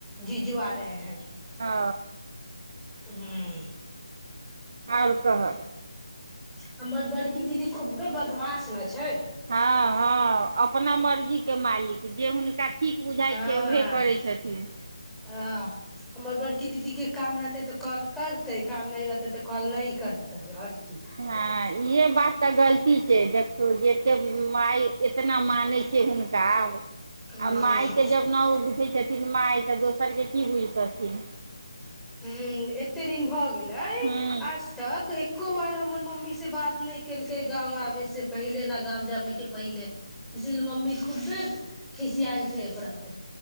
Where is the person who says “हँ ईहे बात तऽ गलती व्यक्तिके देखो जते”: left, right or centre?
Right